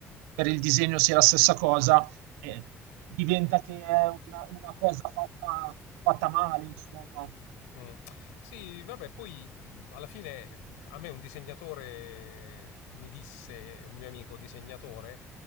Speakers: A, on the right (about 75°); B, on the left (about 75°).
A: per il disegno sia la stessa cosa eh, diventa che è una una cosa fatta fatta male insomma.
B: Mm. Sì, vabbè, poi mh, alla fine mh, a me un disegnatore mi disse, un mio amico disegnatore,